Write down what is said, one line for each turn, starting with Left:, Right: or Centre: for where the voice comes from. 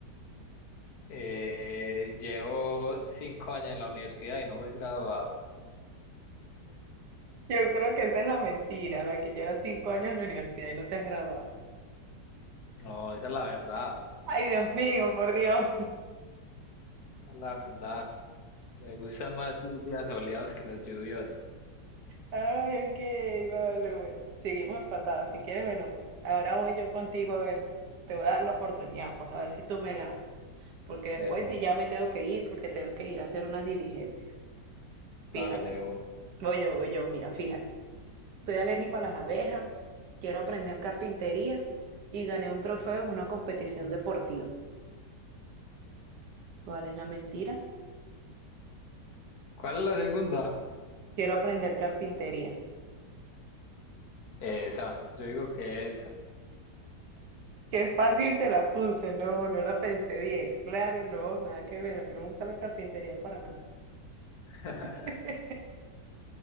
Left: eh, llevo cinco años en la universidad y no me he graduado.
Right: Yo creo que esa es la mentira, la que llevas cinco años en la universidad y no te has graduado.
Left: No, esa es la verdad,
Right: Ay, Dios mío, por Dios.
Left: esa es la verdad. Me gustan más los días soleados que los lluviosos.
Right: Ay, ok, vale, bueno. Seguimos empatados. Si quieres, bueno, ahora voy yo contigo a ver. Te voy a dar la oportunidad, pues a ver si tú me ganas. porque después
Left: De uno,
Right: sí ya me tengo que ir, porque tengo que ir a hacer unas diligencias. Fíjate,
Left: hágale de uno.
Right: voy yo, voy yo, mira, fíjate. Soy alérgico a las abejas, quiero aprender carpintería y gané un trofeo en una competición deportiva. ¿Cuál es la mentira?
Left: ¿Cuál es la segunda?
Right: Quiero aprender carpintería.
Left: Esa, yo digo que esa.
Right: Qué fácil te la puse, no, no la pensé bien. Claro, no, nada que ver, a mí no me gusta la carpintería para nada.
Left: <laughs>
Right: <laughs>